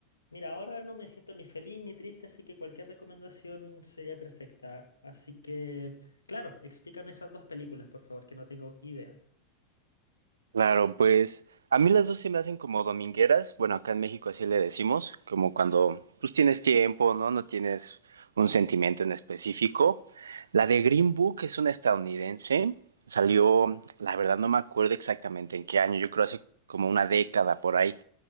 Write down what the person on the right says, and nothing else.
Claro, pues a mí las dos se me hacen como domingueras. Bueno, acá en México así le decimos, como cuando pues tienes tiempo, ¿no? No tienes un sentimiento en específico. La de Green Book es una estadounidense. Salió, la verdad no me acuerdo exactamente en qué año. Yo creo hace como una década por ahí.